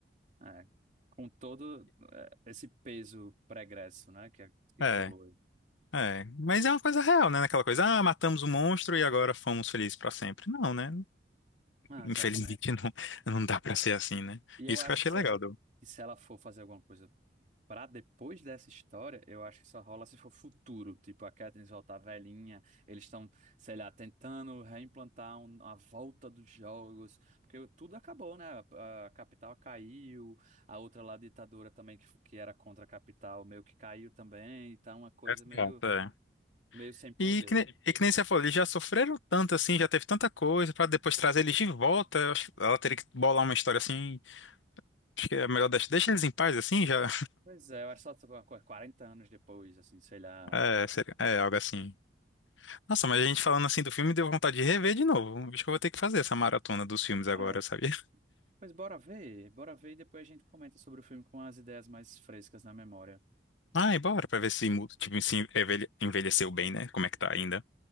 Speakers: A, on the right; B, on the left.
A: É, com todo é, esse peso pregresso, né, que, é, que
B: é,
A: rolou aí.
B: é, mas é uma coisa real, né? Aquela coisa, ah, matamos o monstro e agora fomos felizes pra sempre. Não, né?
A: Ah,
B: Infelizmente
A: exatamente.
B: <laughs> não, não dá pra ser assim, né?
A: E eu
B: Isso
A: acho
B: que eu achei
A: que se,
B: legal do
A: que se ela for fazer alguma coisa pra depois dessa história, eu acho que só rola se for futuro, tipo a Katniss voltar velhinha, eles estão, sei lá, tentando reimplantar um- a volta dos jogos, porque tudo acabou, né? A, a capital caiu, a outra lá ditadora também que, f- que era contra a capital meio que caiu também, tá uma coisa
B: É, assim,
A: meio
B: ó. É.
A: meio sem poder.
B: E que, nem, e que nem você falou, eles já sofreram tanto assim, já teve tanta coisa, pra depois trazer eles de volta. Eu acho que ela teria que bolar uma história assim. Acho que é melhor deixar, deixa eles em paz assim, já.
A: Pois é, eu acho que só qu- 40 anos depois, assim, sei lá.
B: É, seria, é algo assim. Nossa, mas a gente falando assim do filme deu vontade de rever de novo. Acho que eu vou ter que fazer essa maratona dos filmes agora,
A: Ah,
B: sabia?
A: pois bora ver, bora ver e depois a gente comenta sobre o filme com as ideias mais frescas na memória.
B: <laughs> Ai, bora pra ver se, mu- tipo, se envelhe- envelheceu bem, né? Como é que tá ainda.